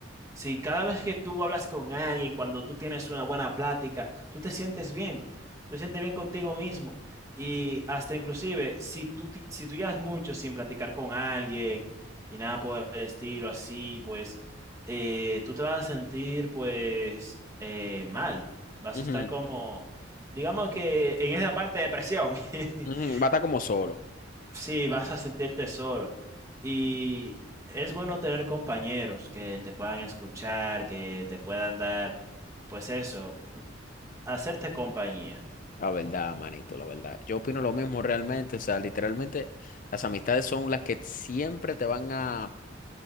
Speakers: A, on the right; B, on the left.
A: Si cada vez que tú hablas con alguien, cuando tú tienes una buena plática, tú te sientes bien, tú te sientes bien contigo mismo. Y hasta inclusive, si tú, ti- si tú llevas mucho sin platicar con alguien y nada por el estilo así, pues eh, tú te vas a sentir pues eh, mal. Vas
B: Ujú,
A: a estar como, digamos que en esa parte de depresión. <laughs>
B: ujú, Va a estar como solo.
A: sí, vas a sentirte solo. Y es bueno tener compañeros que te puedan escuchar, que te puedan dar, pues eso, hacerte compañía.
B: La verdad, manito, la verdad. Yo opino lo mismo realmente. O sea, literalmente las amistades son las que siempre te van a